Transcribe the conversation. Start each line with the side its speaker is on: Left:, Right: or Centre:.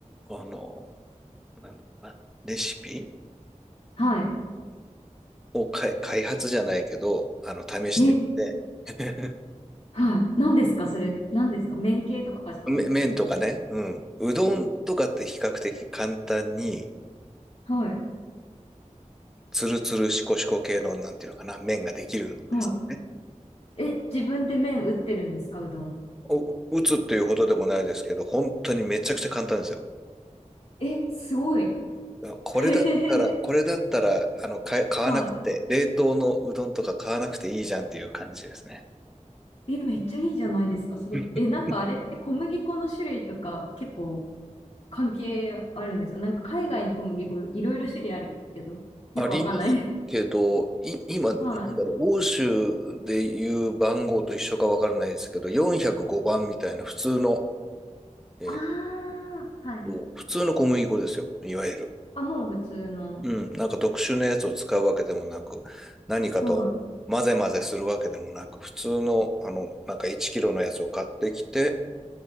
Centre: あの、なんだろうな、レシピ
Left: はい。
Centre: をかい開発じゃないけど、あの、試してみて、
Left: え、
Centre: <laughs>
Left: はい。何ですかそれ、何ですか麺系とかですか
Centre: め麺とかね、うん、うどんとかって比較的簡単に、
Left: はい。
Centre: つるつるしこしこ系の、なんていうのかな、麺ができるんですね。
Left: はい。え、自分で麺打ってるんですかうどん。
Centre: お、打つっていうほどでもないですけど、本当にめちゃくちゃ簡単ですよ。
Left: え、すごい。
Centre: あこれだったら、
Left: <laughs> は
Centre: これだったら、あの、買え買わなくて、
Left: い。
Centre: 冷凍のうどんとか買わなくていいじゃんっていう感じですね。
Left: え、めっちゃいいじゃないですか。すごい。
Centre: <laughs>
Left: え、なんかあれって小麦粉の種類とか結構関係あるんですかなんか海外の小麦粉いろいろ種類あるけど、よくわかんない。
Centre: ありますけど、
Left: <laughs>
Centre: い、今、なんだろう、
Left: はい。
Centre: 欧州でいう番号と一緒かわからないですけど、405番みたいな普通の、えーっ
Left: ああ、はい。
Centre: と、普通の小麦粉ですよ、いわゆる。
Left: あ、もう普通の。
Centre: うん、なんか特殊なやつを使うわけでもなく、何かと混ぜ混ぜするわけでもなく、
Left: は
Centre: 普通の、あの、なんか1キロのやつを買ってきて、